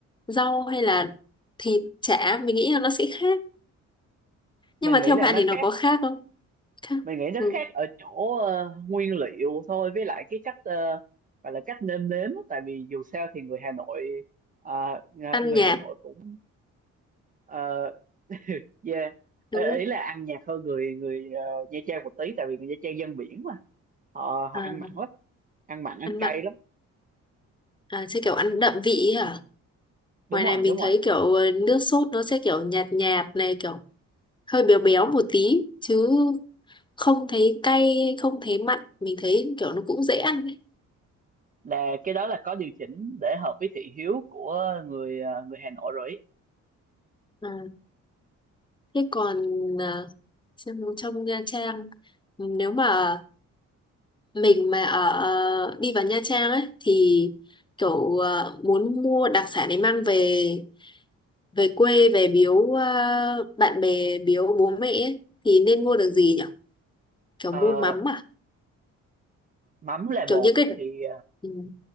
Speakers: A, on the left; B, on the right.
A: rau hay là thịt chả mình nghĩ là nó sẽ khác nhưng
B: mình
A: mà
B: nghĩ
A: theo
B: là
A: bạn
B: nó
A: thì nó
B: khác
A: có khác không khác
B: mình nghĩ nó
A: ừ.
B: khác ở chỗ ờ, nguyên liệu thôi với lại cái cách ờ, gọi là cách nêm nếm á. tại vì dù sao thì người Hà Nội ờ, ng-
A: ăn
B: người
A: nhạt
B: Hà Nội cũng ờ, yeah, ý
A: đúng không
B: ý là ăn nhạt hơn người người ờ, Nha Trang một tí tại vì người Nha Trang dân biển mà họ họ
A: à,
B: ăn mặn lắm ăn mặn ăn
A: ăn
B: cay
A: mặn
B: lắm
A: à, sẽ kiểu ăn đậm vị ấy hả
B: đúng
A: ngoài
B: rồi
A: này mình
B: đúng rồi
A: thấy kiểu ờ, nước sốt nó sẽ kiểu nhạt nhạt này kiểu hơi béo béo một tí chứ không thấy cay không thấy mặn mình thấy kiểu nó cũng dễ ăn ấy.
B: là cái đó là có điều chỉnh để hợp với thị hiếu của người ờ, người Hà Nội rồi ý.
A: À, thế còn à, xem trong Nha Trang nếu mà mình mà ở ờ, đi vào Nha Trang ấy thì kiểu à, muốn mua đặc sản để mang về về quê về biếu à, bạn bè biếu bố mẹ ấy, thì nên mua được gì nhỉ kiểu
B: Ờ,
A: mua mắm à
B: mắm là
A: kiểu
B: bột
A: những cái
B: thì
A: ừ.